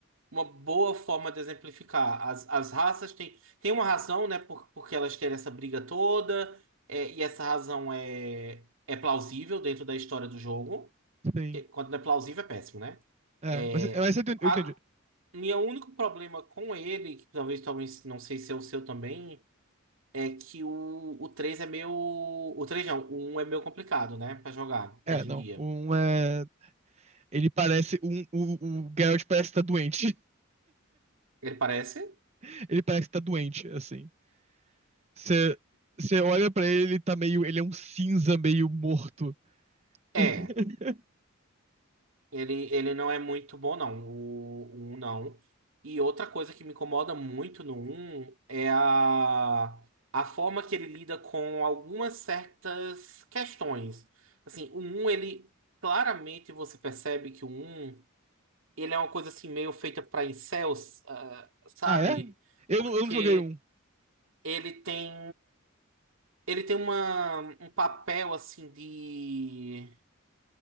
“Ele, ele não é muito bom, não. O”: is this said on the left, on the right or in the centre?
Right